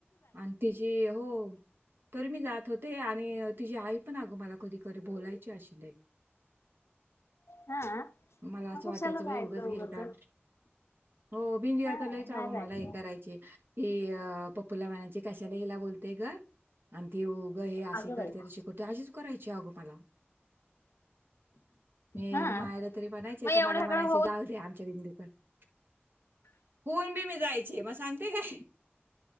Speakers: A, on the right; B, on the left.
A: आणि तिची हो तरी मी जात होत ते आणि तिझी आई पण अगं मला कधी कधी बोलायची अशी
B: हा
A: मला असं
B: मग
A: वाटायचं
B: कशाला जायचं
A: बा एगंच
B: उगच
A: गेल का हो बिनजिया
B: हा
A: लचग
B: नाही जायचं
A: मला हे करायचे की प फुला मानाची कशाला हिला बोलतेय ग आणि ती हे अशी
B: अगं
A: करते
B: बाई
A: तशी करते करायची अगो मला मी
B: हा
A: मायला तरी म्हणायचे
B: मग एवढं
A: तर मला
B: सगळं
A: म्हणायचे
B: होऊ
A: जाऊ देे आमच्या भिंदूत <inaudible> होऊन बी मी जायचे मग सांगते काय